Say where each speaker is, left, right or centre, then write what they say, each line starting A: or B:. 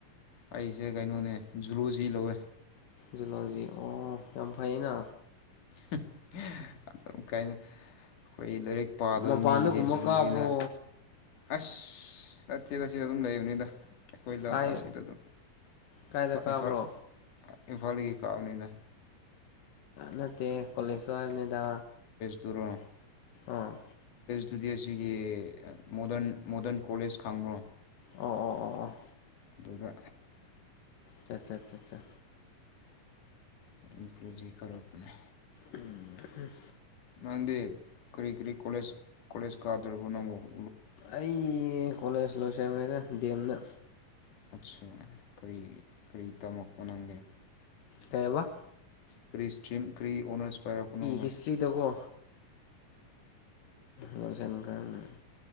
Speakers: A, on the left; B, on the left.
A: ꯑꯩꯁꯦ ꯀꯩꯅꯣꯅꯦ ꯖꯨꯂꯣꯖꯤ ꯂꯧꯋꯦ
B: ꯖꯨꯂꫭꯖꯤ ꯑꯣ ꯌꯥꯝ ꯐꯩꯅ
A: ꯀꯥꯏ <unintelligible> ꯑꯩꯈꯣꯏ ꯂꯥꯏꯔꯤꯛ ꯄꯥꯗꯕ
B: ꯃꯄꯥꯟꯗꯒꯨꯝꯕ
A: ꯃꯤꯒꯤꯗꯤ ꯖꯨꯂꯣꯖꯤꯅ
B: ꯀꯥꯕ꯭ꯔꯣ
A: ꯑꯁ ꯆꯠꯁꯤ ꯆꯠꯁꯤ ꯑꯗꯨꯝ ꯂꯩꯕꯅꯤꯗ ꯑꯩꯈꯣꯏ ꯂꯝ
B: ꯀꯥꯏ
A: ꯑꯁꯤꯗ ꯑꯗꯨꯝ
B: ꯀꯥꯏꯗ ꯀꯥꯕ꯭ꯔꯣ
A: ꯏꯝꯐꯥꯜ ꯏꯝꯐꯥꯜꯗꯒꯤ ꯀꯥꯕꯅꯤꯗ
B: ꯅꯠꯇ ꯀꯂꯦꯖꯇꫭ ꯍꯥꯏꯕꯅꯤꯗ
A: ꯇꯨꯔꯣꯡ <unintelligible>
B: ꯑꯥ
A: ꯇꯨꯗꯤ ꯑꯁꯤꯒꯤ ꯃꯣꯗꯟ ꯃꯣꯗꯔꯟ ꯀꯣꯂꯦꯖ ꯈꯪꯕ꯭ꯔꯣ
B: ꯑꯣ ꯑꯣ ꯑꯣ ꯑꯣ
A: ꯑꯗꯨꯒ
B: ꯆꯠ ꯆꯠ ꯆꯠ ꯆꯥ
A: ꯏꯝ <unintelligible> ꯄ꯭ꯂꯔꯛꯅꯦ
B: ꯎꯝ ꯍꯨꯝ
A: ꯅꯪꯗꯤ ꯀꯔꯤ ꯀꯔꯤ ꯀꯣꯂꯦꯖ ꯀꯣꯂꯦꯖ ꯀꯥꯗꯕꯔꫭ ꯅꯪꯕꯣ
B: ꯑꯩ ꯀꯣꯂꯦꯖ ꯂꯣꯏꯁꯟꯒꯔ‌ꯦꯗ ꯗꯦꯝꯗ
A: ꯑꯠꯁꯥ ꯀꯔꯤ ꯀꯔꯤ ꯇꯝꯃꯛꯄ ꯅꯪꯗꯤ
B: ꯀꯩꯏꯑꯕ
A: ꯀ꯭ꯔꯤ ꯏꯁꯇꯔꯤꯝ ꯀꯔꯤ ꯑꯣꯔꯅꯔꯁ ꯄꯥꯏꯔꯛꯄꯅꫭꯕ
B: ꯍꯤꯁꯇ꯭ꯔꯤꯗꯀꯣ ꯂꫭꯏꯁꯟꯒꯔ‌ꯦꯅ‌ꯦ